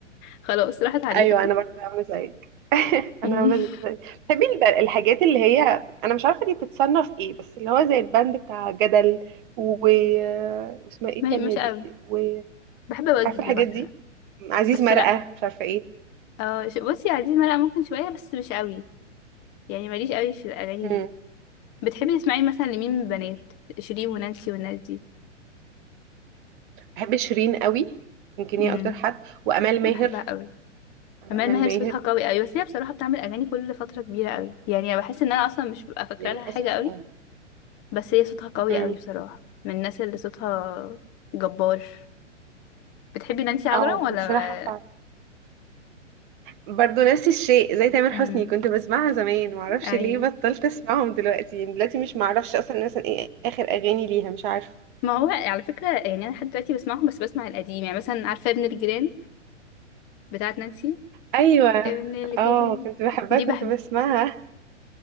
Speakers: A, on the left; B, on the right.
A: خلاص راحت عليها
B: أيوه أنا برضه عاملة زيك <laughs>
A: مم،
B: انا عامله ازاي بتحبي الب- الحاجات اللي هي انا مش عارفه دي بتتصنف ايه بس اللي هو زي البند بتاع جدل و... واسمها
A: <laughs>
B: ايه
A: م-
B: التانية
A: مش
B: دي
A: قوي
B: وعارفه
A: بحب وجز
B: الحاجات
A: مثلا
B: دي عزيز
A: بس
B: مرقه
A: لا
B: مش عارفه ايه
A: اه ش- بصي يا عزيز مرقه ممكن شويه بس مش قوي يعني ماليش قوي في الاغاني
B: مم.
A: دي بتحبي تسمعي مثلا لمين من البنات شيرين ونانسي والناس دي
B: بحب شيرين قوي يمكن هي
A: امم
B: اكتر حد وامال
A: بحبها
B: ماهر
A: قوي
B: بحب
A: أمال
B: امال
A: ماهر
B: ماهر
A: صوتها قوي قوي بس هي بصراحة بتعمل أغاني كل فترة كبيرة قوي يعني أنا بحس إن أنا أصلا مش ببقى فاكرة
B: وللاسف
A: لها حاجة قوي
B: اه
A: بس هي صوتها قوي
B: امم
A: قوي بصراحة من الناس اللي صوتها جبار بتحبي نانسي عجرم
B: اه
A: ولا
B: بصراحة
A: ما...
B: فعلا برضو نفس الشيء زي تامر
A: مم.
B: حسني كنت بسمعها زمان معرفش
A: أيوه
B: ليه بطلت اسمعهم دلوقتي يعني دلوقتي مش معرفش اصلا مثلا ايه اخر اغاني ليها مش عارفه
A: ما هو على فكرة يعني أنا لحد دلوقتي بسمعهم بس بسمع القديم يعني مثلا عارفة ابن الجيران بتاعت نانسي
B: ايوه
A: ابن الجيران
B: اه كنت بحبها
A: دي
B: كنت
A: بحب
B: بسمعها